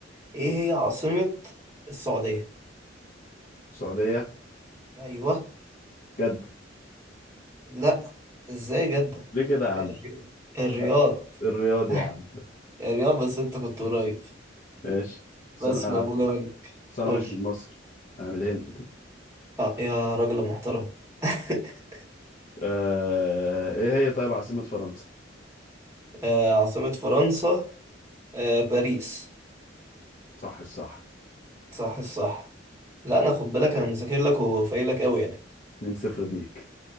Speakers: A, on the right; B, on the left.
A: ايه هي عاصمة السعودية
B: السعوديه
A: ايوه
B: جد
A: لا ازاي جدة
B: ليه كده يا عم
A: الري- الرياض
B: ما- الرياض
A: <laughs>
B: يا عم
A: الرياض بس انت كنت قريب
B: ماشي بس
A: بس
B: انا
A: مقبولة منك
B: بس انا
A: قول
B: مش
A: لي
B: من مصر انا من الهند
A: اه يا راجل محترم <laughs>
B: أه ايه هي طيب عاصمه فرنسا
A: آه عاصمة فرنسا آه باريس
B: صح صح
A: صح الصح لا انا خد بالك انا مذاكر لك وفايق لك قوي يعني
B: 2 0 بيك